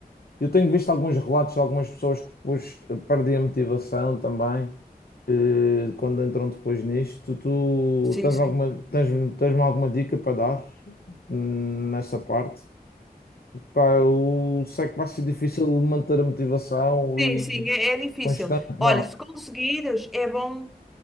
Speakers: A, on the left; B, in the centre.
A: Eu tenho visto alguns relatos de algumas pessoas que depois perdem a motivação também, eh, quando entram depois nisto. Tu
B: sim,
A: tens
B: sim.
A: alguma, tens, tens-me alguma dica para dar hum, nessa parte? Pá, eu sei que vai ser difícil manter a motivação
B: Sim,
A: e
B: sim, é, é difícil.
A: constante,
B: Olha,
A: não é?
B: se conseguires, é bom